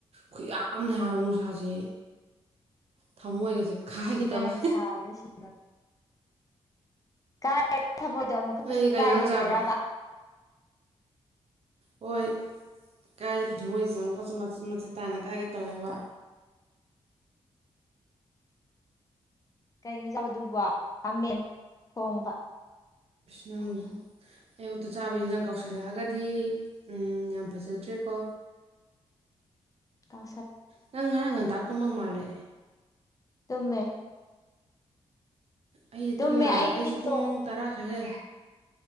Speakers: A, on the right; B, on the left.
A: ꯈꯨꯌꯥꯥꯛ ꯑꯃꯅꯦ ꯍꯥꯏꯕ ꯅꯨꯡꯁꯥꯁꯦ ꯊꯃꯣꯏꯒꯁꯦ ꯀꯥꯏꯒꯦ
B: ꯑꯗꯨꯅ
A: ꯇꯧꯋꯦ
B: ꯑꯩꯁꯦ ꯁꯥꯕꯗ ꯁꯤ ꯅ ꯀꯥꯏ ꯊꯃꯣꯏꯗꯣ ꯑꯃꯨꯛꯀꯁꯨ
A: ꯅꯣꯏꯗꯤ ꯀꯩ
B: ꯀꯥꯏꯒꯦꯗꯣꯏꯔꯕ
A: ꯏꯟꯖꯥꯡ ꯆꯥꯕ ꯍꯣꯏ ꯀꯥꯏꯔꯤꯕ ꯊꯝꯃꯣꯏꯁꯦ ꯑꯃꯨꯛꯀꯁꯨ ꯃꯆꯦꯠ ꯃꯆꯦꯠ ꯇꯥꯅ ꯀꯥꯏꯒꯦ ꯇꯧꯋꯦꯕ
B: ꯀꯩꯅꯣ ꯆꯥꯕꯗꯨꯕꯃꯦꯟ ꯇꯣꯡꯕ
A: ꯅꯪ ꯑꯌꯨꯛꯇ ꯆꯥꯕ ꯏꯟꯁꯥꯡ ꯀꯧꯁꯤꯜꯂꯛꯑꯒꯗꯤ ꯌꯥꯝ ꯐꯖꯗ꯭ꯔꯦꯀꯣ
B: ꯀ
A: ꯅꯉ ꯇꯥꯇꯃ ꯃꯥꯜꯂꯦ
B: ꯇꯨꯝꯃꯦ
A: ꯑꯩꯗꯤ
B: ꯇꯨꯝꯃꯦ
A: ꯇꯨꯝꯌꯥꯗ
B: ꯑꯩ
A: ꯑꯩꯁꯦ
B: ꯃꯤꯠꯇꯣ
A: ꯄꯨꯡ ꯇꯔꯥꯈꯔꯦ